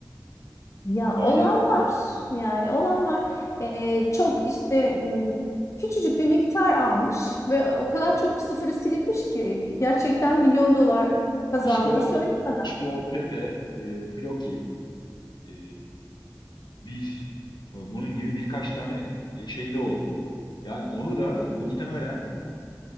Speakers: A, on the left (about 40°); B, on the left (about 80°).
A: Ya
B: Aynı.
A: olan var yani olan var Ee, çok işte m, küçücük bir miktar almış ve o kadar çok sıfırı silinmiş ki gerçekten milyon dolar kazandığını
B: İşte o
A: söylüyor adam.
B: işte o Pepe, e, Floki, e, bir e, bunun gibi birkaç tane e, şey de oldu. Yani onu da muhtemelen